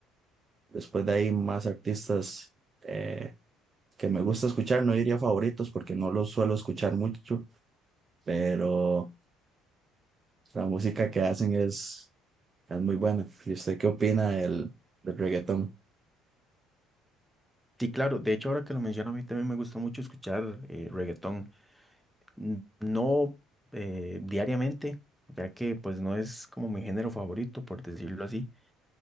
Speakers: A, on the right; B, in the centre.
A: después de ahí más artistas eh, que me gusta escuchar, no diría favoritos porque no los suelo escuchar mucho, pero la música que hacen es, es muy buena. ¿Y usted qué opina del, del reggaetón?
B: Sí, claro, de hecho ahora que lo menciono a mí también me gusta mucho escuchar eh, reggaetón. N- No eh, diariamente, ya que pues no es como mi género favorito, por decirlo así,